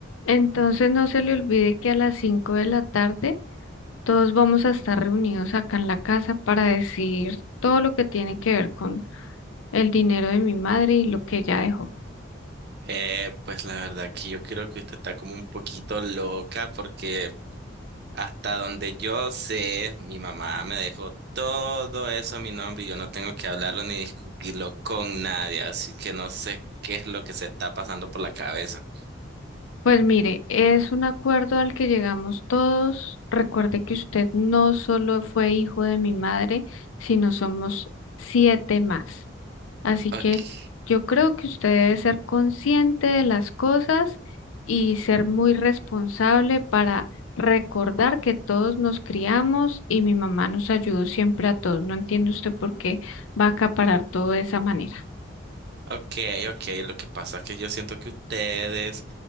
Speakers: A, on the left; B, on the right.
A: Entonces no se le olvide que a las 5 de la tarde todos vamos a estar reunidos acá en la casa para decir todo lo que tiene que ver con el dinero de mi madre y lo que ella dejó.
B: Eh, pues la verdad que yo creo que usted está como un poquito loca porque hasta donde yo sé, mi mamá me dejó todo eso a mi nombre y yo no tengo que hablarlo ni discutirlo con nadie, así que no sé qué es lo que se está pasando por la cabeza.
A: Pues mire, es un acuerdo al que llegamos todos. Recuerde que usted no solo fue hijo de mi madre, sino somos siete más. Así
B: Ok,
A: que yo creo que usted debe ser consciente de las cosas y ser muy responsable para recordar que todos nos criamos y mi mamá nos ayudó siempre a todos. No entiende usted por qué va a acaparar todo de esa manera.
B: Ok, ok, lo que pasa es que yo siento que ustedes,